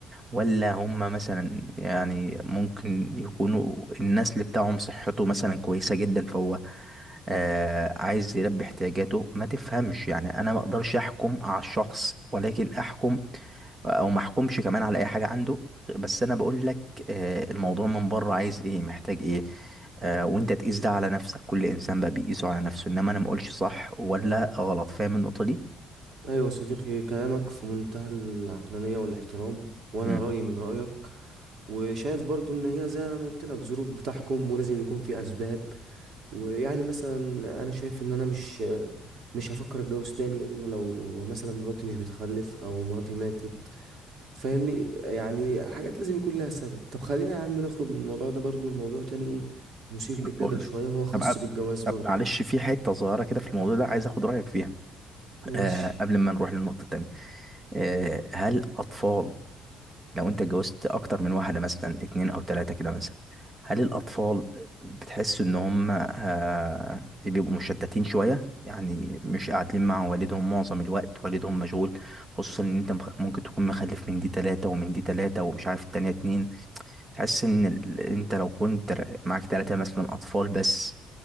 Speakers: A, on the right; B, on the right.
A: ولا هم مثلا يعني ممكن يكونوا النسل بتاعهم صحته مثلا كويسه جدا فهو آه عايز يلبي احتياجاته ما تفهمش يعني انا ما اقدرش احكم على الشخص ولكن احكم او ما احكمش كمان على اي حاجه عنده بس انا بقول لك آه الموضوع من بره عايز ايه محتاج ايه آه وانت تقيس ده على نفسك كل انسان بقى بيقيسه على نفسه انما انا ما اقولش صح ولا غلط فاهم النقطه دي
B: ايوه يا صديقي كلامك في منتهى العقلانيه والاحترام وانا
A: مم.
B: رايي من رايك وشايف برضو ان هي زي ما قلت لك ظروف بتحكم ولازم يكون في اسباب ويعني مثلا انا شايف ان انا مش مش هفكر اتجوز تاني الا لو مثلا مراتي مش بتخلف او مراتي ماتت فاهمني يعني حاجات لازم يكون لها سبب طب خلينا يا عم نخرج من الموضوع ده برضو الموضوع تاني ايه مثير للجدل
A: طب بقول
B: شوية
A: لك
B: هو خاص
A: طب أ-
B: بالجواز برضو
A: طب معلش في حته صغيره كده في الموضوع ده عايز اخد رايك فيها
B: ماشي
A: آه قبل ما نروح للنقطه التانيه آه هل اطفال لو انت اتجوزت اكتر من واحده مثلا اتنين او تلاته كده مثلا هل الاطفال بتحس ان هم آه بيبقوا مشتتين شويه يعني مش قاعدين مع والدهم معظم الوقت والدهم مشغول خصوصا ان انت مخ- ممكن تكون مخلف من دي تلاته ومن دي تلاته ومش عارف التانيه اتنين تحس ان ال- انت لو كنت ر- معاك تلاته مثلا اطفال بس